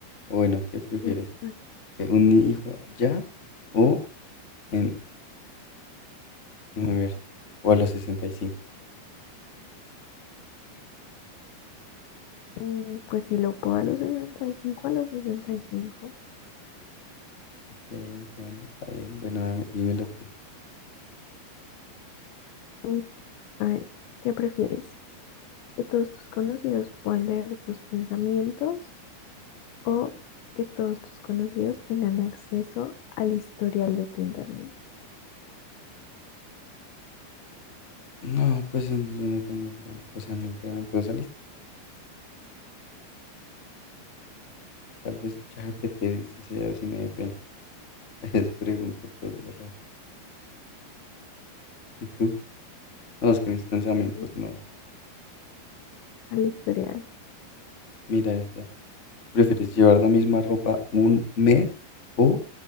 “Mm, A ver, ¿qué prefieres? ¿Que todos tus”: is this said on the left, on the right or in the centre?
Left